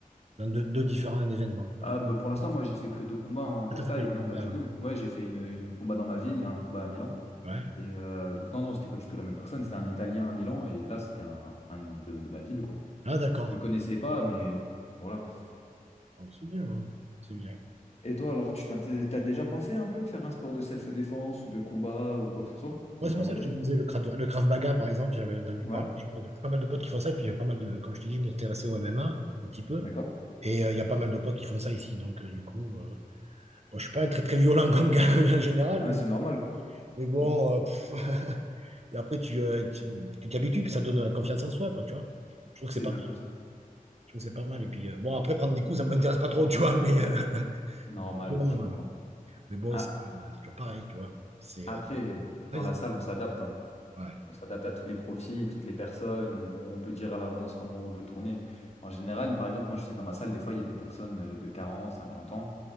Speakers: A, on the right (about 45°); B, on the left (about 45°).
A: dans deux, deux différents événements, par
B: Ah,
A: exemple?
B: bah, pour l'instant, moi, j'ai fait que deux combats en boxe
A: Tout à fait
B: thaï,
A: que du
B: et non,
A: combat,
B: pas du
A: ouais.
B: tout. Ouais, j'ai fait une, une combat dans ma ville et un combat à Milan.
A: Ouais.
B: Et euh, donc, non, non, c'était pas du tout la même personne. C'était un Italien à Milan et là, c'était un, un de, de ma ville, quoi.
A: Ah, d'accord.
B: Je le connaissais pas, mais voilà, quoi.
A: Ah, c'est bien, hein. C'est bien.
B: Et toi, alors, tu t'in- t'es- t'as déjà pensé un peu faire un sport de self-défense ou de combat ou quoi que ce soit?
A: Ouais,
B: T'as déjà
A: c'est pour
B: intéressé?
A: ça que je te disais le Krav, le Krav Maga, par exemple, j'avais entendu
B: Ouais,
A: parler, j'ai pas j'ai pas mal de potes qui font ça, et puis j'ai pas mal de, comme je te dis, je m'intéressais au MMA un petit peu,
B: d'accord.
A: et euh, il y a pas mal de potes qui font ça ici, donc euh, du coup, euh, bon, je suis pas un très très violent comme gars <laughs> en général,
B: Ah,
A: mais,
B: c'est normal.
A: mais bon,
B: Oui,
A: euh, pff, <laughs> et après tu euh, tu tu t'y habitues, puis ça donne la confiance en soi, quoi, tu vois. Je trouve
B: C'est
A: que c'est pas,
B: exactement
A: je
B: ça.
A: trouve que c'est pas mal, et puis euh, bon, après prendre des coups, ça m'intéresse pas trop, tu vois, mais euh,
B: Normal,
A: <laughs> bon,
B: je comprends.
A: euh, mais bon,
B: Ah,
A: c'est euh, c'est toujours pareil, tu vois. C'est,
B: après,
A: euh, ouais,
B: dans la salle, on s'adapte, hein.
A: ouais,
B: On s'adapte à tous les profils, toutes les personnes. euh, on peut dire à l'avance comment on veut tourner. En général, par exemple, moi, je sais que dans ma salle, des fois, il y a des personnes euh, de 40, 50 ans,